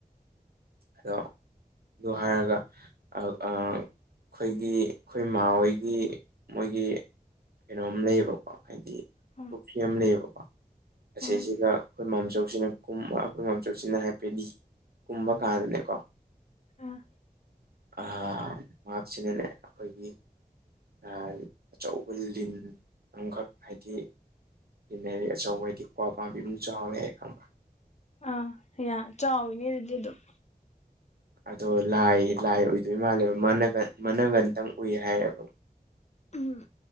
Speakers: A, on the right; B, on the left.
A: ꯑꯗꯣ ꯑꯗꯨ ꯍꯥꯏꯔꯒ ꯑꯧ ꯑꯥ ꯑꯈꯣꯏꯒꯤ ꯈꯣꯏꯃꯥꯍꯣꯏꯒꯤ ꯃꯣꯏꯒꯤ ꯀꯩꯅꯣꯝ ꯂꯩꯌꯦꯕꯀꯣ ꯍꯥꯏꯗꯤ
B: ꯎꯝ
A: ꯄꯨꯈ꯭ꯔꯤ ꯑꯃ ꯂꯩꯌꯦꯕꯀꯣ ꯑꯁꯤꯖꯤꯒ
B: ꯎꯝ ꯎꯝ
A: ꯑꯈꯣꯏ ꯃꯥꯝꯆꯧꯁꯤꯅ ꯀꯨꯝꯕ ꯑꯩꯈꯣꯏ ꯃꯝꯆꯧꯁꯤꯅ ꯍꯥꯏꯐꯦꯠꯗꯤ ꯀꯨꯝꯕ ꯀꯥꯟꯗꯅꯦꯀꯣ
B: ꯑꯥ
A: ꯑ ꯃꯍꯥꯛꯁꯤꯅꯅꯦ ꯑꯈꯣꯏꯒꯤ <unintelligible> ꯑꯆꯧꯕ ꯂꯤꯟ ꯑꯃꯈꯛ ꯍꯥꯏꯗꯤ ꯂꯤꯟꯅꯗꯤ ꯑꯆꯧꯕ <unintelligible> ꯀ꯭ꯋꯥ ꯄꯥꯝꯕꯤꯃꯨꯛ ꯆꯥꯎꯋꯦ ꯍꯥꯏ ꯈꯪꯕ꯭ꯔ
B: ꯑꯥ ꯑꯌꯥ ꯆꯥꯎꯋꯤꯅꯦ ꯑꯗꯨꯗꯤ ꯑꯗꯨꯝ
A: ꯑꯗꯣ ꯂꯥꯏ ꯂꯥꯏ ꯑꯣꯏꯗꯣꯏ ꯃꯥꯜꯂꯦꯕ ꯃꯅꯒꯟ ꯃꯥꯅꯒꯟꯇꯪ ꯎꯏ ꯍꯥꯏꯌꯦꯕ
B: ꯎꯝ